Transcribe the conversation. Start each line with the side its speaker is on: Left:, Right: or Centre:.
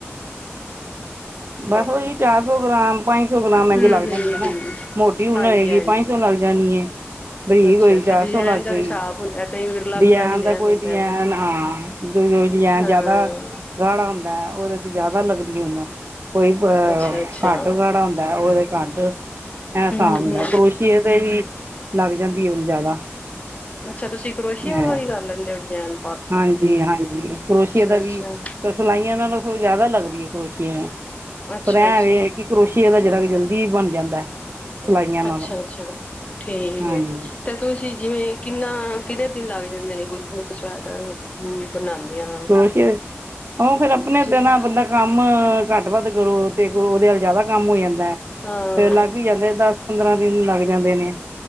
Left: <unintelligible>
Right: ਬਸ
Left: ਹਮ
Right: ਉਹੀ ਚਾਰ ਸੌ ਗ੍ਰਾਮ ਪੰਜ ਸੌ ਗ੍ਰਾਮ ਇੰਜ
Left: ਹਮ
Right: ਲੱਗ ਜਾਂਦੀ ਹੈ, ਨਾ ਮੋਟੀ ਉਨ
Left: ਹਾਂਜੀ
Right: ਹੋਏਗੀ
Left: ਹਾਂਜੀ
Right: ਪੰਜ ਸੌ ਲੱਗ। ਜਾਣੀਏ ਬਰੀਕ
Left: ਅੱਛਾ
Right: ਹੋਈ
Left: ਅੱਛਾ
Right: ਚਾਰ
Left: ਡਿਜ਼ਾਇਨ
Right: ਸੌ ਲੱਗ
Left: ਦਾ
Right: ਗਈ।
Left: ਹਿਸਾਬ ਹੁੰਦਾ ਕਈ ਵਿਰਲਾ
Right: ਡਿਜਾਇਨ
Left: ਵਿਰਲਾ ਡਿਜ਼ਾਇਨ
Right: ਦਾ ਕੋਈ
Left: ਹੁੰਦਾ
Right: ਡਿਜਾਇਨ
Left: ਹੈ
Right: ਹਾਂ ਜੋ ਕੋਈ ਡਿਜਾਇਨ
Left: ਹਾਂ
Right: ਜ਼ਿਆਦਾ। ਗਾੜਾ ਹੁੰਦਾ ਉਹਦੇ 'ਚ ਜ਼ਿਆਦਾ ਲੱਗਦੀ ਉਨ। ਕੋਈ
Left: ਅੱਛਾ ਅੱਛਾ
Right: ਘੱਟ ਖੜਾ ਹੁੰਦਾ, ਉਹਦੇ ਘੱਟ। ਐ ਹਿਸਾਬ
Left: ਹੂੰ
Right: ਹੁੰਦਾ,
Left: ਹੂੰ
Right: ਕਰੋਸ਼ੀਏ ਤੇ ਵੀ ਲੱਗ ਜਾਂਦੀ ਹੈ ਉਨ ਜ਼ਿਆਦਾ।
Left: ਅੱਛਾ ਤੁਸੀਂ, ਕਰੋਸ਼ੀਏ
Right: ਹੈ
Left: ਵਾਲਾ ਵੀ ਕਰ ਲੈਂਦੇ ਹੋ ਡਜੈਨ।
Right: ਹਾਂਜੀ- ਹਾਂਜੀ, ਕਰੋਸ਼ੀਏ ਦਾ
Left: ਅੱਛਾ
Right: ਵੀ ਤੇ ਸਿਲਾਈਆਂ ਨਾਲੌ ਸਗੋ ਜ਼ਿਆਦਾ ਲੱਗਦੀ ਏ ਕਰੋਸ਼ੀਏ ਨਾਲ।
Left: ਅੱਛਾ ਅੱ।
Right: ਇਹ ਹੈ ਕਿ ਕਰੋਸ਼ੀਏ ਨਾਲ ਜਰਾ ਕ ਜਲਦੀ ਬਣ ਜਾਂਦਾ। ਸਿਲਾਈਆਂ ਨਾਲੋਂ
Left: ਅੱਛਾ- ਅੱਛਾ, ਠੀਕ
Right: ਹਾਂਜੀ
Left: ਏ। ਤੇ ਤੁਸੀਂ ਜਿਵੇਂ ਕਿੰਨਾ ਕਿੰਨੇ ਦਿਨ ਲੱਗ ਜਾਂਦੇ ਨੇ ਇੱਕ ਸਵੈਟਰ ਨੂੰ? ਬਣਾਉਂਦੀਆਂ।
Right: ਕਰੋਸ਼ੀਆ ਉਹ ਫੇਰ ਆਪਣੇ ਤੇ ਨਾ
Left: ਦਾ
Right: ਬੰਦਾ। ਕੰਮ ਘੱਟ ਵੱਧ ਕਰੋ ਤੇ ਕਰੋ ਉਹਦੇ ਵਲ ਜਿਆਦਾ ਕੰਮ ਹੋ ਜਾਂਦਾ
Left: ਹਾਂ
Right: ਤੇ ਲੱਗ ਹੀ ਜਾਂਦੇ ਦਸ। ਪੰਦਰਾਂ ਦਿਨ ਲੱਗ ਜਾਂਦੇ ਨੇ।